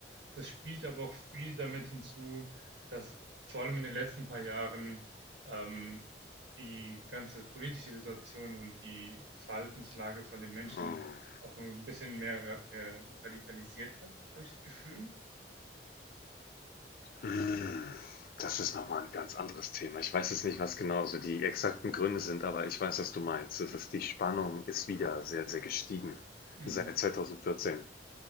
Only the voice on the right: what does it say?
das spielt aber auch viel damit hinzu, dass vor allem in den letzten paar Jahren ähm, die ganze politische Situation und die Verhaltenslage von den Menschen
auch ein bisschen mehr ra- äh, radikalisiert hat, habe ich das Gefühl.
Mhm.